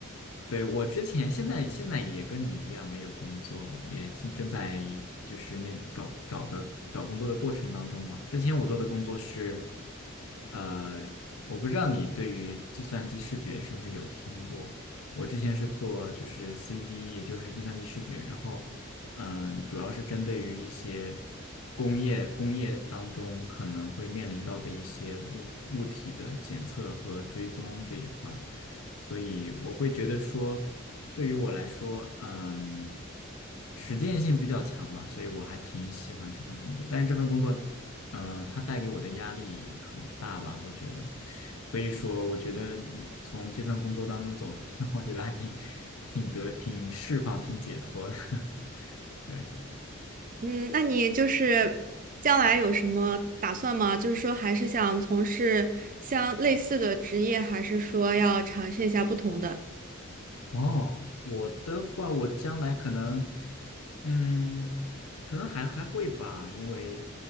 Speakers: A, on the left; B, on the right.
A: 对我之前现在现在也跟你一样没有工作，也正正在就是那找找的找工作的过程当中嘛。之前我做的工作是，呃，我不知道你对于计算机视觉是不是有听过。我之前是做就是 CV，也就是计算机视觉，然后嗯，主要是针对于一些工业工业当中可能会面临到的一些物物体的检测和追踪这一块儿，所以我会觉得说，对于我来说，嗯，实践性比较强吧，所以我还挺喜欢这份工作。但是这份工作，嗯，它带给我的压力很大吧，我觉得，所以说我觉得从这份工作当中走出来，我觉得还挺挺得挺释放、挺解脱的，<laughs> 对。
B: 嗯，那你就是将来有什么打算吗？就是说还是想从事像类似的职业，还是说要尝试一下不同的？
A: 哦，我的话，我将来可能，嗯，可能还还会吧，因为，